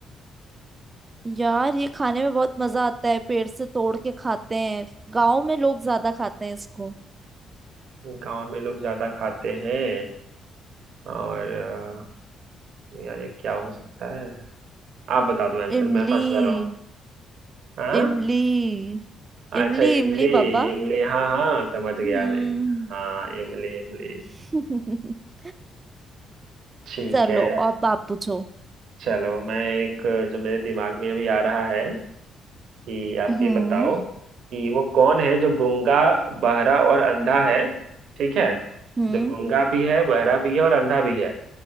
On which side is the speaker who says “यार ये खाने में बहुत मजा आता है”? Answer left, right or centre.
Right